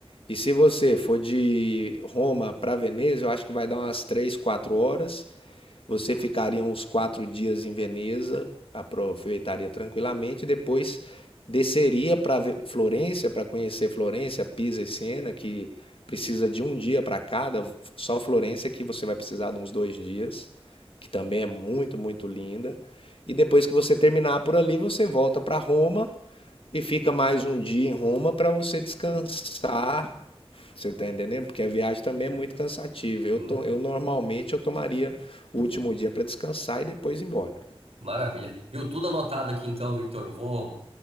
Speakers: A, on the left; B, on the right.
A: e se você for de Roma para Veneza, eu acho que vai dar umas três, quatro horas. Você ficaria uns quatro dias em Veneza, aproveitaria tranquilamente, depois desceria para Florença, para conhecer Florença, Pisa e Siena, que precisa de um dia para cada. Só Florença que você vai precisar de uns dois dias, que também é muito, muito linda. E depois que você terminar por ali, você volta para Roma e fica mais um dia em Roma para você descansar você tá entendendo? Porque a viagem também é muito cansativa. Eu,
B: hum.
A: to- eu normalmente eu tomaria o último dia para descansar e depois ir embora.
B: Maravilha. Viu tudo anotado aqui então, Victor. Eu vou,